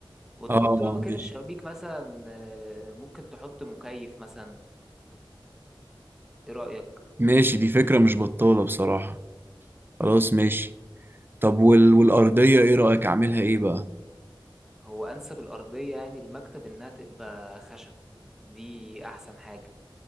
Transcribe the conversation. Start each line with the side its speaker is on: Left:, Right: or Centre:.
Centre: وتحط
Right: آه آه،
Centre: بقى مكان
Right: ماشي
Centre: الشبابيك مثلا آه، ممكن تحط مكيف مثلا ايه رأيك
Right: ماشي دي فكرة مش بطالة بصراحة خلاص ماشي طب وال... والأرضية ايه رأيك أعملها ايه بقى
Centre: هو انسب الارضية يعني المكتب انها تبقى خشب دي احسن حاجة